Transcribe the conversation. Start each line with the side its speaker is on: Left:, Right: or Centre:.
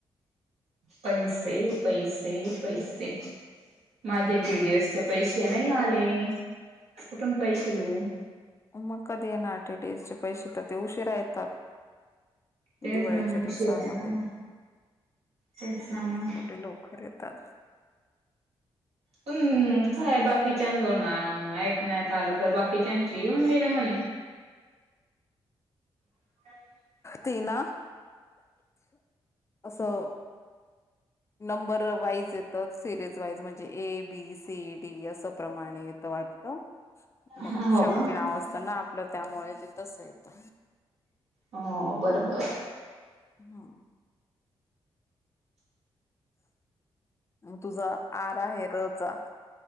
Right: पैसे पैसे पैसे माझे टीडीएस चे पैसे नाही आले कुठून पैसे देऊ.
Left: मग कधी येणार टीडीएस चे पैसे तर ते उशिरा येतात.
Right: तेच
Left: दिवाळीच्या
Right: ना मग उशीर
Left: दिवसामध्ये
Right: आहे ना ना तेच ना मग
Left: कुठे लोक देतात.
Right: पण काय बाकीच्या ऐकण्यात आलं तर बाकीच्यांची येऊन गेलं म्हणे
Left: <unintelligible>
Right: लाडकी
Left: ती ना असं नंबर वाईज येतात सिरीज वाईज म्हणजे ए बी सी डी असं प्रमाणे येत वाटतं मग
Right: हो
Left: शेवटी
Right: का
Left: नाव असत ना आपलं त्यामुळे ते तस येतं.
Right: हो बरोबर
Left: हा मग तुझा आर आहे र चा